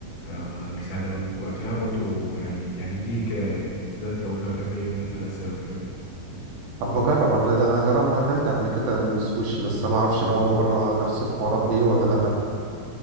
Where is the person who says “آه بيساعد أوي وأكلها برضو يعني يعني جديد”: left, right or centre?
Left